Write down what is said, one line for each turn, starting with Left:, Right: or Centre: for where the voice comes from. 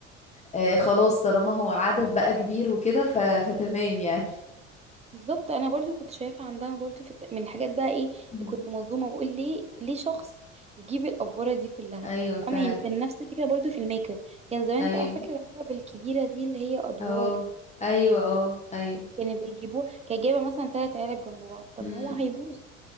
Left: آه خلاص طالما هو عدد بقى كبير وكده ف... فتمام يعني
Right: بالظبط أنا برضو كنت شايفة عندها برضو في الت- من الحاجات بقى إيه اللي
Left: مم.
Right: كنت مصدومة بقول ليه ليه شخص يجيب الأفورة دي كلها
Left: ايوه فعلا
Right: فاهمة يعني كان نفس الفكرة برضو في الميك اب كان زمان
Left: ايوه
Right: بقى فاكرة العلب الكبيرة دي اللي هي أدوار
Left: اه ايوه اه ايوه
Right: كانوا بيجيبوه كان جايبة مثلا تلات علب جنب بعض طب
Left: امم
Right: ما هو هيبوظ